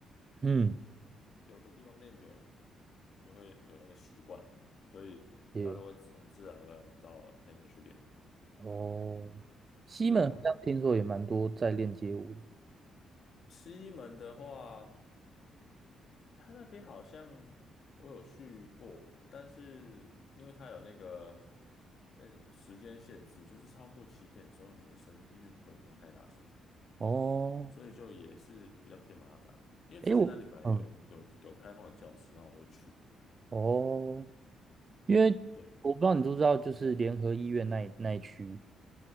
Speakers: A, on the right; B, on the left.
A: 嗯，
B: 有的地方练久了，你就会有那个习惯，所以大家都会自很自然而然到那边去练。
A: 也哦，西门好像听说也蛮多在练街舞的。
B: 对啊，西门的话，它那边好像我有去过，但是因为它有那个那个什么时间限制，就是超过几点之后，你的声音乐就不能放太大声，
A: 哦，
B: 所以就也是比较偏麻烦的。因为之前那里本来有有有开放的教室，
A: 诶，我嗯
B: 然后我会去。
A: 哦，因为我不知道你知不知道，
B: 对，
A: 就是联合医院那一那一区，